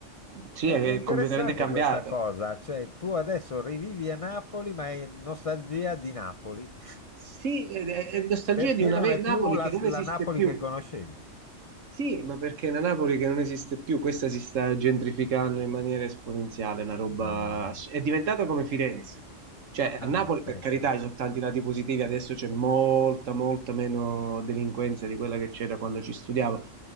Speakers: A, on the right; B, on the left.
A: Sì,
B: È
A: è
B: è interessante
A: completamente cambiata.
B: questa cosa, cioè tu adesso rivivi a Napoli, ma hai nostalgia di Napoli, <laughs>
A: Sì, è, è nostalgia
B: perché
A: di una
B: non
A: ve-
B: è
A: Napoli
B: più la,
A: che non
B: la
A: esiste
B: Napoli
A: più.
B: che conoscevi.
A: Sì, ma perché è una Napoli che non esiste più, questa si sta gentrificando in maniera esponenziale, una roba...
B: Ehm,
A: ass- è diventata come Firenze. Cioè,
B: ah,
A: a Napoli, per
B: ok.
A: carità, ci sono tanti lati positivi, adesso c'è molta, molta meno delinquenza di quella che c'era quando ci studiavo,